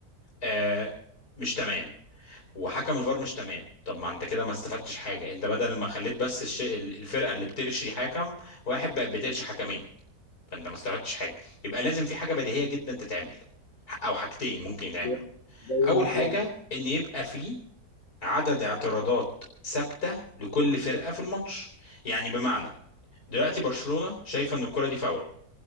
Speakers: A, on the left (about 75°); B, on the left (about 50°).
A: آه، مش تمام وحكم الفار مش تمام طب ما انت كده ما استفدتش حاجه انت بدل ما خليت بس الش... ال- الفرقه اللي بترشي حكم واحد بقت بترشي حكمين فانت ما استفدتش حاجه يبقى لازم في حاجه بديهيه جدا تتعمل او حاجتين ممكن يتعملوا
B: زي زي
A: اول
B: مثلا
A: حاجه ان يبقى فيه عدد اعتراضات ثابته لكل فرقه في الماتش يعني بمعنى دلوقتي برشلونه شايفه ان الكره دي فاول